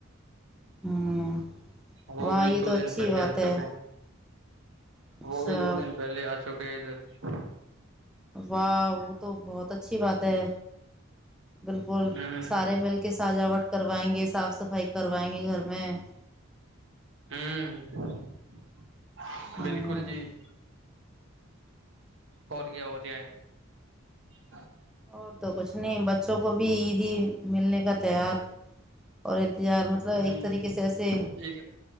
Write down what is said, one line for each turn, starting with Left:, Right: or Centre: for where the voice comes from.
Centre: ہوں <inaudible>
Right: وہ
Centre: واہ
Right: بھی
Centre: یہ
Right: دو
Centre: تو اچھی
Right: دن پہلے
Centre: بات
Right: آ
Centre: ہے
Right: چکے <unintelligible>
Centre: اچھا
Right: وہ بھی دو دن پہلے آ چک <unintelligible> پدھر <inaudible>
Centre: واہ وہ تو بہت اچھی بات ہے بالکل
Right: ہوں
Centre: سارے مل کے سجاوٹ کر <unintelligible> کروائیں گے صاف صفائی کروائیں گے گھر میں <unintelligible>
Right: ہوں <inaudible>
Centre: ہوں
Right: بالکل جی <unintelligible> ہوت کیا ہو رہیا ہے <unintelligible>
Centre: اور تو کچھ نہیں بچوں کو بھی عیدی ملنے کا تیار <unintelligible> اور <inaudible> انتظار مطلب
Right: ہ
Centre: ایک طریقے سے ایسے
Right: ایک